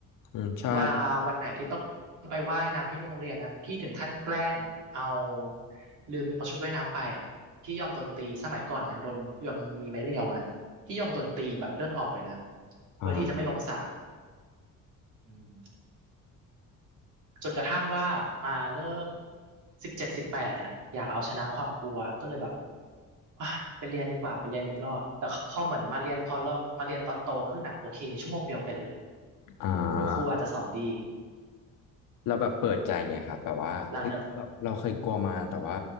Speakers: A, on the left (about 75°); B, on the right (about 65°).
A: อืมใช่
B: เวลาวันไหนที่ต้องไปว่ายน้ำที่โรงเรียนนะพี่ถึงขั้นแกล้งเอาลืมเอาชุดว่ายน้ำไปอ่ะพี่ยอมโดนตีสมัยก่อนยังโดนยังมีไม้เรียวอ่ะพี่ยอมโดนตีแบบเลือดออกเลยนะเพื่อที่จะไม่ลงสระ
A: อ่า
B: อืม จนกระทั่งว่ามาเริ่มสิบเจ็ดสิบแปดเนี่ยอยากเอาชนะความกลัวก็เลยแบบอ่ะไปเรียนดีกว่าไปเรียนอีกรอบแต่พอเหมือนมาเรียนพอเริ่มมาเรียนตอนโตขึ้นอ่ะโอเคชั่วโมงเดียวเป็นเลย
A: อ่
B: หรือครูอาจจะสอนดี
A: าเราแบบเปิดใจไงครับแบบว่าเฮ้ยเราเราเคยกลัวมาแต่ว่า
B: หลังนั้น